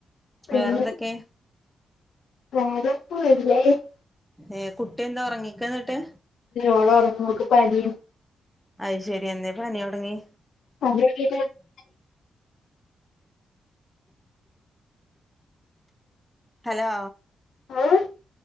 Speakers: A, on the left; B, in the centre.
A: പിന്നെ
B: വേറെന്തൊക്കെ
A: <unintelligible>
B: ഏഹ് കുട്ടി എന്താ ഉറങ്ങിക്ക എന്നിട്ട്
A: ഓള് ഉറങ്ങുവ ഓക്ക് പനിയ
B: അയ്ശരി എന്നേ പനി തുടങ്ങി
A: <unintelligible>
B: ഹലോ
A: ആഹ്